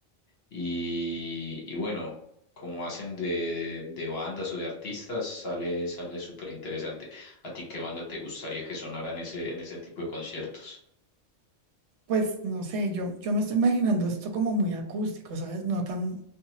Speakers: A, on the left; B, on the right.
A: Y, y bueno, como hacen de, de bandas o de artistas, sale, sale súper interesante. ¿A ti qué banda te gustaría que sonara en ese, en ese tipo de conciertos?
B: Pues no sé, yo, yo me estoy imaginando esto como muy acústico, ¿sabes? No tan,